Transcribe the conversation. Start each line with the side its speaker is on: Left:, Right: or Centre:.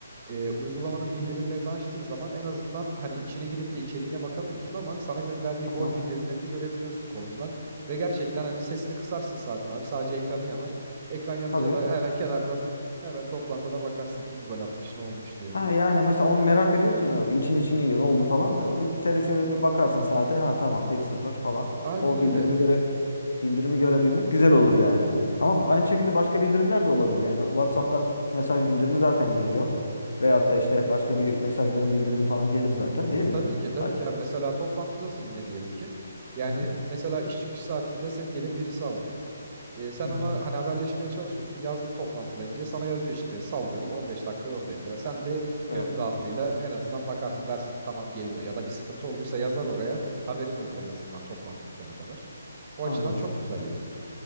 Right: E, uygulamanın bildirimlerini açtığın zaman en azından hani içine girip de içeriğine bakamıyorsun ama sana gönderdiği
Left: Tamam.
Right: gol bildirimlerini görebiliyorsun kolundan. Ve gerçekten hani sesini kısarsın zaten abi sadece ekranı yanar. Ekran yanınca
Left: Tabii.
Right: da hemen kenardan hemen toplantıda bakarsın kim gol atmış ne olmuş diye.
Left: Ha yani mesela onu merak ediyorsun yani. için içini yiyor. Ne oldu falan. Öyle Bir tele şöyle bir bakarsın saate. Ha tamam bir sıfır falan.
Right: Aynen
Left: O
Right: öyle.
Left: bildirimi göre Bildirimi görebilmek güzel olur yani. Ama aynı şekilde başka bildirimler de olabilir. Yani WhatsApp'tan mesaj bildirimi zaten geliyor. Veyahut da işte başka bir mesajların bildirimi falan gelir zaten değil mi?
Right: Tabii ki tabii
Left: Ay-
Right: ki abi. Mesela toplantıdasın yine diyelim ki. Yani
Left: Hı hı.
Right: mesela iş çıkış saatinde seni gelip birisi alacak. E, sen
Left: Hı hı.
Right: ona hani haberleşmeye çalışıyorsun. Yazdın toplantıdayım diye sana yazıyor işte sallıyorum 15 dakika oradayım diye. Sen de
Left: Evet.
Right: gönül rahatlığıyla en azından bakarsın dersin ki tamam geliyor. Ya da bir sıkıntı olduysa yazar oraya haberin olur en azından toplantı bitene kadar. O
Left: Anladım.
Right: açıdan çok güzel yani.